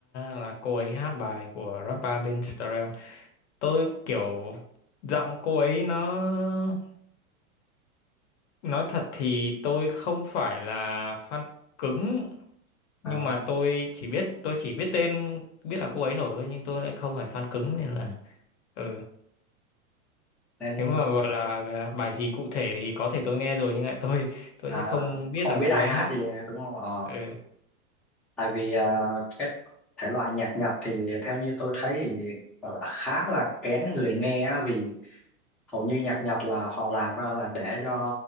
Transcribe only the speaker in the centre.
à,
nên
à,
không
biết
ai
hát
gì đúng không Ờ,
tại vì à, cái thể loại nhạc Nhật thì theo như tôi thấy thì gọi là khá là kén người nghe á, vì hầu như nhạc Nhật là họ làm ra là để cho